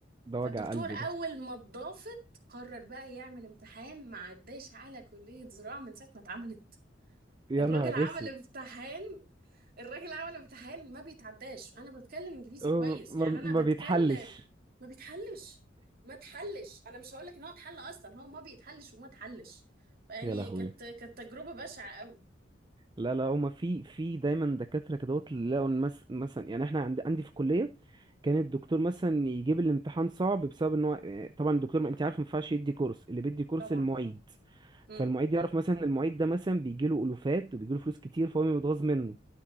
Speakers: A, on the right; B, on the right.
A: ده
B: فالدكتور
A: وجع قلبي
B: اول
A: ده
B: ما اتضافت قرر بقى يعمل امتحان ما عداش على كليه زراعه من ساعه ما اتعملت
A: يا
B: الراجل
A: نهار
B: عمل
A: اسود
B: امتحان الراجل عمل امتحان ما بيتعداش انا بتكلم انجليزي
A: أه، ما
B: كويس
A: ما-
B: يعني
A: ما
B: انا بتكلم
A: بيتحلش
B: ما بيتحلش ما اتحلش انا مش هقول لك ان هو اتحل اصلا هو ما بيتحلش وما اتحلش فيعني
A: يا لهوي
B: كانت كانت تجربة بشعة قوي
A: لا لا هما في في دايما دكاترة كدهوت اللي لقوا إن مس- مثلا يعني احنا عند عندي في الكلية كان الدكتور مثلا يجيب الامتحان صعب بسبب ان هو آه، طبعا الدكتور ما انت عارف ما ينفعش يدي كورس اللي بيدي كورس
B: طبعا
A: المعيد
B: امم
A: فالمعيد يعرف مثلا المعيد ده مثلا بيجي له ألوفات وبيجي له فلوس كتير فهو بيتغاظ منه